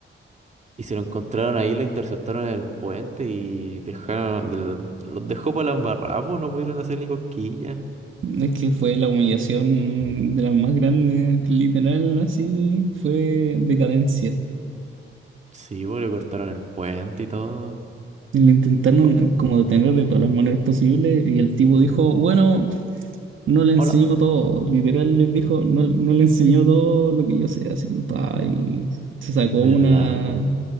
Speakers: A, on the right; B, on the right.
A: Y se lo encontraron ahí, lo interceptaron en el puente y dejaron, los dejó para la embarrada, po, no pudieron hacer ni cosquillas.
B: Es que fue la humillación de las más grandes, literal, así fue decadencia.
A: Sí, pues le cortaron el puente y todo.
B: Y lo intentaron
A: Co-
B: como detener de todas las maneras posibles y el tipo dijo, bueno, no le enseñó
A: Hola.
B: todo, literal les dijo, no, no le enseñó todo lo que yo sé, así, pa, y se sacó
A: ¿Verdad,
B: una
A: po?